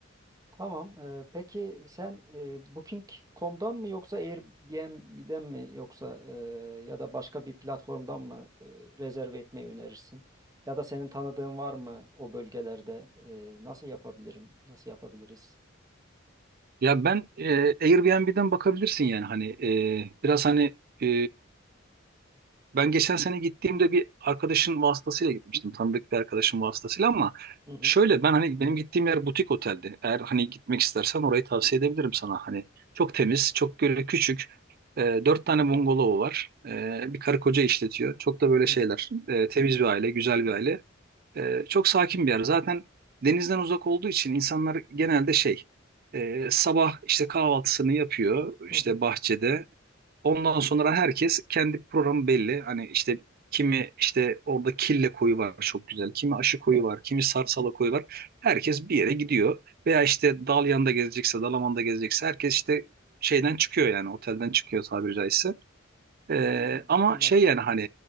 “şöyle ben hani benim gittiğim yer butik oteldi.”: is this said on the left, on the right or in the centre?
Right